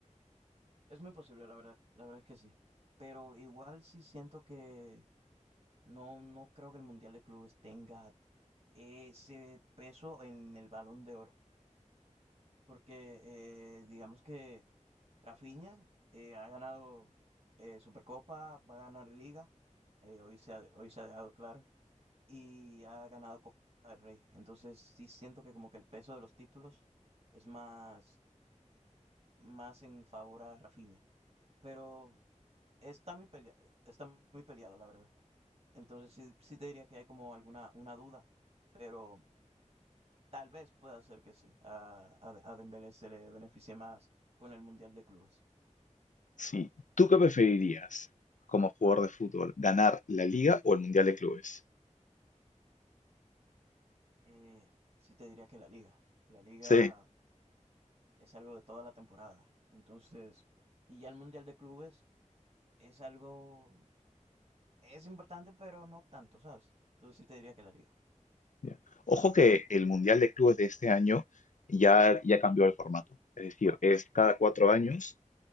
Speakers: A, on the right (about 50°); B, on the left (about 75°).
A: es muy posible, la verdad, la verdad es que sí. Pero igual sí siento que, No, no creo que el Mundial de Clubes tenga ese peso en el Balón de Oro, porque eh, digamos que Rafinha eh, ha ganado eh, Supercopa, va a ganar Liga, eh, hoy se ha, hoy se ha dejado claro, y ha ganado Copa del Rey. Entonces sí siento que como que el peso de los títulos es más, más en favor a Rafinha, pero está muy peleado, está muy peleado, la verdad. Entonces sí, sí te diría que hay como alguna una duda, pero... Tal vez pueda ser que sí. A, a, a Dembélé se le beneficie más con el Mundial de Clubes.
B: Sí. ¿Tú qué preferirías como jugador de fútbol? ¿Ganar la Liga o el Mundial de Clubes?
A: Eh, sí te diría que la Liga. La Liga
B: Sí.
A: es algo de toda la temporada. Entonces, y ya el Mundial de Clubes es algo, es importante, pero no tanto, ¿sabes? Entonces sí te diría que la Liga.
B: ya. Ojo que el Mundial de Clubes de este año ya, ya cambió el formato. Es decir, es cada cuatro años